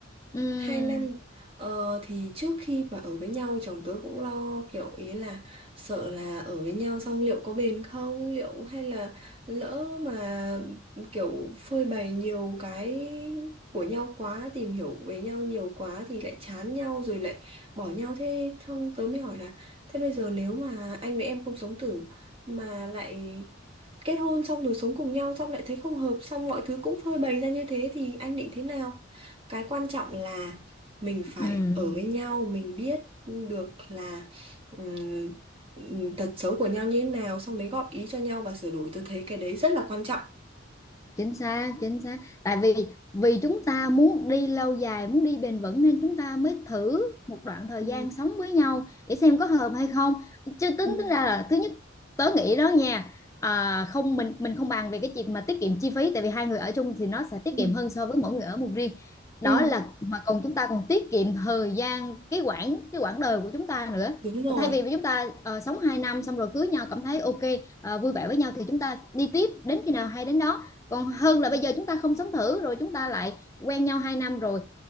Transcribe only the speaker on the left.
ừ,
ừ. ừ.
chính xác chính xác tại vì vì chúng ta muốn đi lâu dài muốn đi bền vững nên chúng ta mới thử một đoạn thời
gian sống với nhau để xem có hợp hay không chứ tính
tính ra là thứ nhất tớ nghĩ đó nha à, không mình mình không bàn về cái chuyện mà tiết kiệm chi phí tại vì hai người ở chung thì nó sẽ tiết
kiệm hơn so với mỗi người ở một riêng đó
là mà còn chúng ta còn tiết kiệm thời gian cái quãng cái quãng đời của chúng ta nữa
thay vì chúng ta ờ, sống 2 năm xong rồi cưới nhau cảm thấy ok ờ, vui vẻ với nhau thì chúng ta đi tiếp đến khi nào hay đến đó còn hơn
là bây giờ chúng ta không sống thử rồi chúng ta lại quen nhau 2 năm rồi